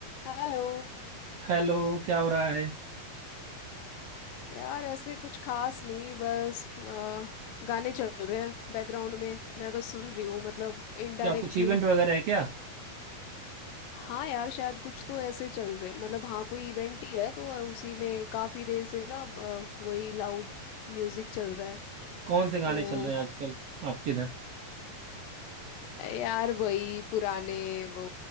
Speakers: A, on the left; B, on the right.
A: Hello
B: हेलो क्या हो रहा है
A: यार ऐसे कुछ खास नहीं बस अ, गाने चल रहे हैं बैकग्राउंड में मैं बस सुन रही हूँ मतलब इनडायरेक्टली
B: क्या कुछ इवेंट वगैरह है क्या
A: हाँ यार शायद कुछ तो ऐसे चल रहे मतलब हाँ कोई इवेंट ही है तो उसी में काफी देर से ना अ, वही लाउड म्यूजिक चल रहा है
B: कौन से गाने
A: तो
B: चल रहे हैं आजकल आपके इधर
A: यार वही पुराने वो